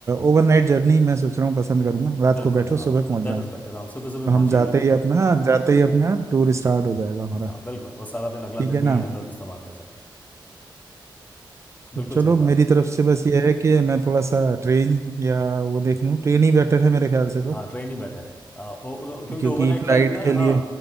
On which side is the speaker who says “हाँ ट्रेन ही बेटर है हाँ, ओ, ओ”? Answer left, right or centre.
Left